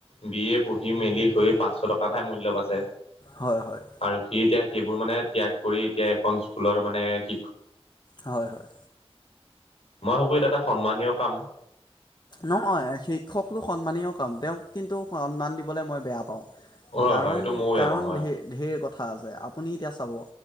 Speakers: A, on the left; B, on the left.
A: বি এ পঢ়ি মেলি হৈ পাঁচশ টকা এটাহে মূল্য পাইছে
B: হয় হয়
A: আৰু সি এতিয়া সেইবোৰ মানে ত্যাগ কৰি এতিয়া এখন স্কুলৰ মানে শিক্ষক
B: হয় হয়
A: মই ভাবো এটা এটা সন্মানীয় কাম
B: নহয় শিক্ষকটো সন্মানীয় কাম তেওঁক কিন্তু সন্মান দিবলৈ মই বেয়া পাওঁ
A: হয়
B: কাৰণ
A: হয় সেইটো ময়ো বেয়া
B: কাৰণ
A: পাওঁ হয়
B: ধেৰ ধেৰ কথা আছে আপুনি এতিয়া চাব